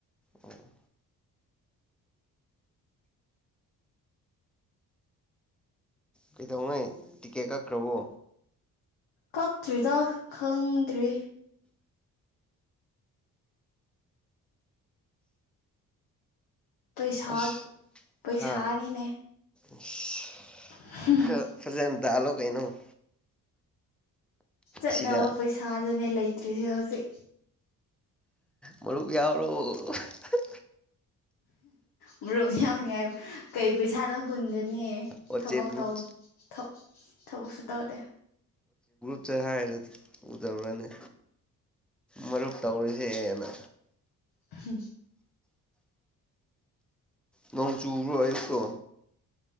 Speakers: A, in the centre; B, on the left (about 70°).
A: ꯑꯣ ꯀꯩꯗꯧꯉꯩ ꯇꯤꯀꯦꯠ ꯀꯛꯈ꯭ꯔꯕꯣ
B: ꯀꯛꯇ꯭ꯔꯤꯗ ꯈꯪꯗ꯭ꯔꯤ ꯄꯩꯁꯥ
A: ꯑꯁ
B: ꯄꯩꯁꯥꯅꯤꯅꯦ
A: ꯍꯥ ꯑꯁ
B: <unintelligible>
A: ꯈꯔ ꯐꯖꯅ ꯇꯥꯜꯂꯣ ꯀꯩꯅꯣ
B: ꯆꯠꯅꯕ
A: ꯁꯤꯗ
B: ꯄꯩꯁꯥꯗꯨꯅꯦ ꯂꯩꯇ꯭ꯔꯤꯁꯦ ꯍꯧꯖꯤꯛ
A: ꯃꯔꯨꯞ ꯌꯥꯎꯔꯣ <unintelligible>
B: ꯃꯔꯨꯞ ꯌꯥꯎꯅꯤꯡꯉꯥꯢ ꯀꯩꯄꯩꯁꯥꯅꯣ ꯍꯨꯟꯒꯅꯤꯌꯦ
A: ꯋꯥꯆꯦꯞ
B: ꯊꯕꯛꯇꯧ
A: ꯒ꯭ꯔꯨꯞ
B: ꯊꯕꯛ ꯊꯕꯛꯁꯨ ꯇꯧꯗꯦ
A: <unintelligible> ꯎꯗꯕ꯭ꯔꯅꯦ ꯃꯔꯨꯞ ꯇꯧꯔꯖꯦꯅ
B: ꯍꯝ
A: ꯅꯣꯡ ꯆꯨꯕ꯭ꯔꯣ ꯑꯌꯨꯛꯇꯣ